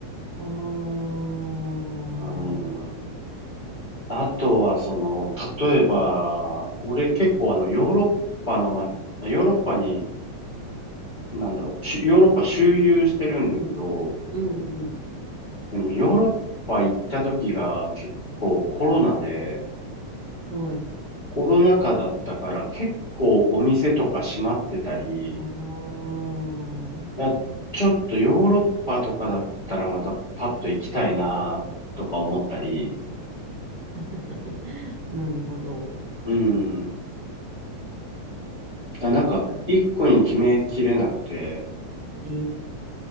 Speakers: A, on the right; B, on the left.
A: あー、
B: うん、あとはその、例えば、俺結構あの、ヨーロッパのま、ヨーロッパに、なんだろう、しヨーロッパ周遊してるんだけど、
A: うん、うん、うん、
B: でもヨーロッパ行った時が結構コロナで、
A: はい。
B: コロナ禍だったから結構お店とか閉まってたり、
A: あー、
B: やちょっとヨーロッパとかだったらまたパッと行きたいなとか思ったり、
A: <laughs> なるほど。
B: うん。あなんか、一個に決めきれなくて、
A: え